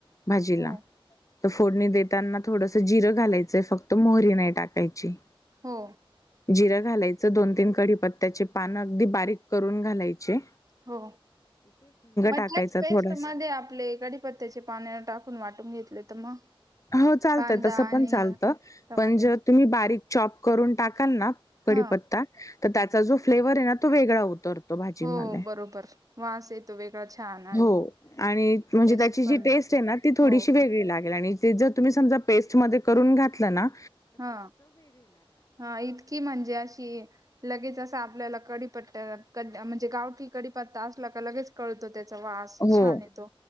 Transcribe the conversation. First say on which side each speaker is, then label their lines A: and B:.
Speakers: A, on the left (about 35°); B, on the right (about 35°).
A: भाजीला
B: हो
A: तर फोडून देताना थोडसं जिरं घालायचंय फक्त मोहरी नाही टाकायची.
B: हो.
A: जिरं घालायचं दोन, तीन कढीपत्त्याचे पान अगदी बारीक करून घालायची.
B: हो. मधल्याच
A: टाकायचा
B: पेस्ट
A: थोडासा
B: मध्ये आपले कडीपत्त्याचे पान टाकून वाटून घेतले तर मग
A: हो चालतंय
B: कांदा
A: तसं
B: आणि
A: पण चालतं
B: टमाटे
A: पण जे तुम्ही बारीक चॉप करून टाकाल ना. कढीपत्ता
B: हा
A: तर त्याचा जो फ्लेवर आहे ना तो वेगळा उतरतो. तो भाजीमध्ये
B: हो बरोबर वास येतो वेगळा छान आणि
A: हो आणि म्हणजे
B: टेस्ट
A: त्याची
B: पण
A: जी टेस्ट ती थोडीशी
B: हो
A: वेगळी लागेल आणि जर तुम्ही समजा पेस्ट मध्ये करून घातलंना
B: हा हा इतकी म्हणजे अशी लगेच असा आपल्याला कडीपत्ता म्हणजे गावठी कडीपत्ता असला तर लगेच कळतो त्या आज
A: हो.
B: छान येतो.